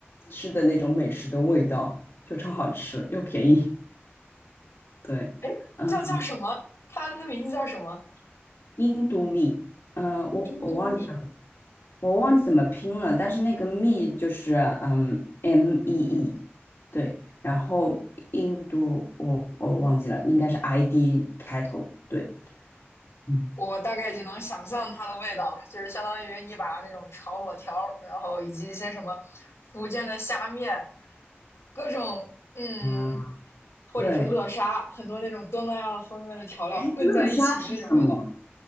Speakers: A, on the left; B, on the left.
A: 吃的那种美食的味道，就超好吃又便宜。对，
B: 哎，
A: 嗯，
B: 叫叫什么？它它名字叫什么？
A: 印度米。嗯，我我忘记。
B: 印度蜜。
A: 了。我忘记怎么拼了，但是那个 me 就是嗯 M E E，对，然后印度我我忘记了，应该是 I D 开头，对，嗯，
B: 我大概已经能想象它的味道了，就是相当于你把那种炒粿条儿然后以及一些什么福建的虾面，各种嗯，
A: 啊，
B: 或者是乐沙，
A: 对，
B: 很多那种东南亚的风味的调料混在一起的那种味道。
A: 哎，乐沙是什么？